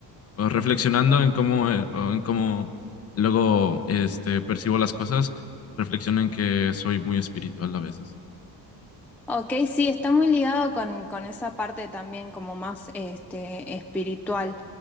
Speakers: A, on the left; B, in the centre.
A: o reflexionando en cómo, eh, o en cómo luego este, percibo las cosas, reflexiono en que soy muy espiritual a veces.
B: Ok, sí, está muy ligado con, con esa parte también como más este, espiritual.